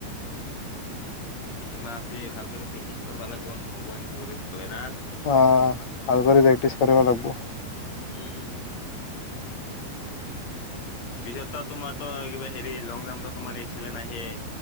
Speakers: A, on the left; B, on the left.
A: তিনি মাহ আছেই ভালকে তই প্ৰেক্টিচ কৰিব লাগিব নহব এনেকে কৰি থাকিলে না।
B: অ' ভাল কৰি প্ৰেক্টিচ কৰিব লাগিব।
A: উ'ম পিছত তই তোমাৰটো কিবা হেৰি লং জাম্পটো টো মাৰি আহিছিল নে হেই